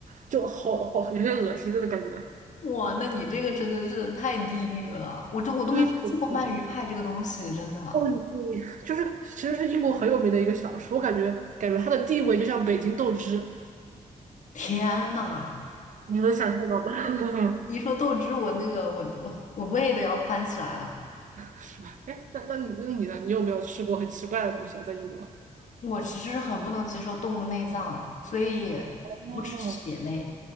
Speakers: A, on the right; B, on the left.
A: 就好好有点恶心的感觉，
B: 哇，那你这个真的是太地狱了！我这我都没听说过鳗鱼派这个东西，
A: 有点可恶嘛。
B: 真的。
A: 哦，你你就是其实是英国很有名的一个小吃，我感觉感觉它的地位就像北京豆汁，
B: 天呐，
A: 你能想象到吗？<laughs>
B: 一说豆汁，我那个我我我胃都要翻起来了。
A: 是吧？哎，那那你那你呢？你有没有吃过很奇怪的东西啊？在英国？
B: 我其实是很不能接受动物内脏，所以我不吃血类。
A: 哦